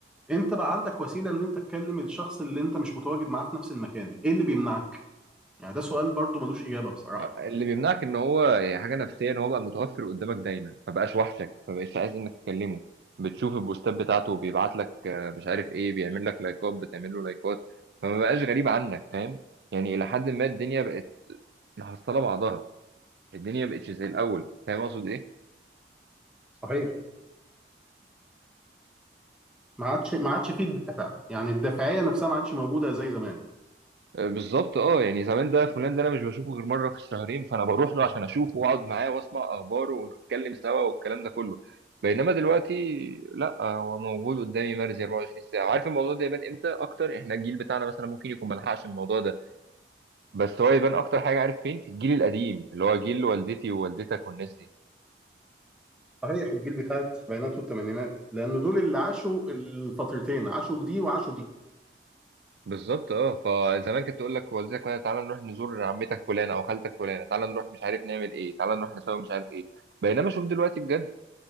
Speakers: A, in the centre; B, on the right.
A: انت بقى عندك وسيله ان انت تكلم الشخص اللي انت مش متواجد معاه في نفس المكان ايه اللي بيمنعك يعني ده سؤال برضو ملوش إجابة بصراحة
B: اللي بيمنعك ان هو يعني حاجه نفسيه ان هو بقى متوفر قدامك دايما ما بقاش وحشك ما بقاش عايز انك تكلمه بتشوف البوستات بتاعته بيبعت لك آه، مش عارف ايه بيعمل لك لايكات بتعمل له لايكات فما بقاش غريب عنك فاهم يعني الى حد ما الدنيا بقت محصله بعضها الدنيا بقتش زي الاول فاهم اقصد ايه
A: صحيح ما عادش ما عادش فيه الدافع يعني الدافعية نفسها ما عادش موجودة زي زمان
B: بالظبط اه يعني زمان ده فلان ده انا مش بشوفه غير مره في الشهرين فانا بروح له عشان اشوفه واقعد معاه واسمع اخباره ونتكلم سوا والكلام ده كله بينما دلوقتي لا هو موجود قدامي مرزي 24 ساعه وعارف الموضوع ده يبان امتى اكتر احنا الجيل بتاعنا مثلا ممكن يكون ملحقش الموضوع ده بس هو يبان اكتر حاجه عارف فين في الجيل القديم اللي هو جيل والدتي ووالدتك والناس دي
A: صحيح الجيل بتاع السبعينات والثمانينات لأن دول اللي عاشوا الفترتين عاشوا دي وعاشوا دي
B: بالظبط اه فزمان كانت تقول لك والدتك مثلا تعالى نروح نزور عمتك فلانه او خالتك فلانه تعالى نروح مش عارف نعمل ايه تعالى نروح نسوي مش عارف ايه بينما شوف دلوقتي بجد